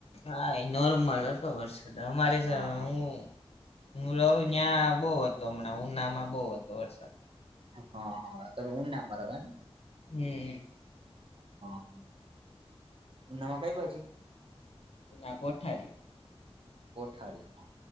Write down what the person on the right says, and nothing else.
હા હા.
હ હ તમે ઊના બરાબર એમ.
હા, ઉનામાં કઈ બાજુ?
કોઠારી